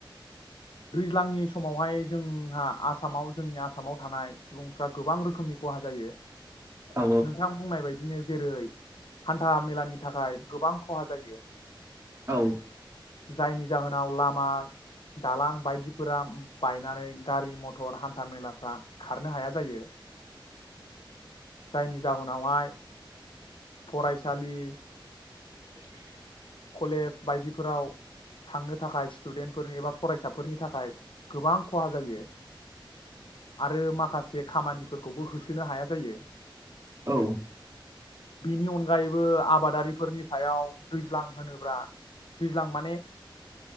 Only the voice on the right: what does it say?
औ
औ
बुजियाखै
औ।